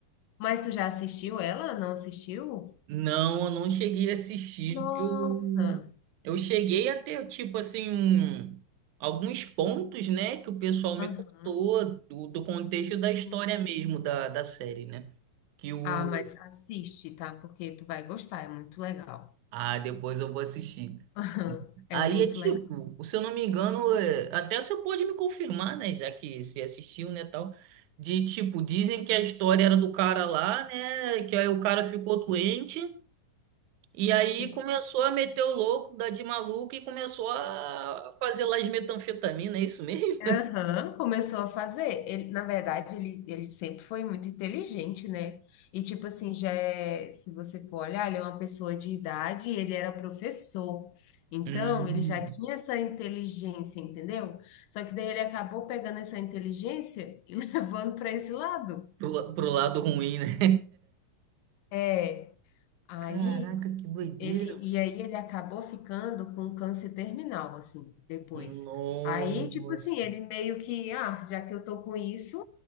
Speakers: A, on the left; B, on the right.
A: Mas tu já assistiu ela? Não assistiu?
B: Não, eu não cheguei a assistir.
A: Nossa!
B: Eu, eu cheguei a ter, tipo assim, um- alguns pontos, né, que o pessoal
A: Aham,
B: me contou do, do contexto
A: sim.
B: da história mesmo da, da série, né? Que o.
A: Ah, mas assiste, tá? Porque tu vai gostar, é muito legal.
B: Ah, depois eu vou assistir.
A: <laughs> Aham, É
B: Aí
A: muito
B: é tipo,
A: legal.
B: se eu não me engano, é, até você pode me confirmar, né? Já que você assistiu, né, tal. De tipo, dizem que a história era do cara lá, né? Que aí o cara ficou doente e aí
A: Fico...
B: começou a meter o louco, dar de maluco e começou a fazer lá as metanfetamina, é isso mesmo?
A: Aham, começou a fazer. Ele, na verdade, ele, ele sempre foi muito inteligente, né? E tipo assim, já é, se você for olhar, ele é uma pessoa de idade e ele era professor. Então,
B: Hum,
A: ele já tinha essa inteligência, entendeu? Só que daí ele acabou pegando essa inteligência e <laughs> levando para esse lado.
B: pro, la- pro lado ruim, né?
A: É, aí
B: Caraca, que doideira,
A: Ele, e aí ele acabou ficando com câncer terminal, assim, depois.
B: mano.
A: Aí,
B: Nossa.
A: tipo assim, ele meio que, ah, já que eu tô com isso,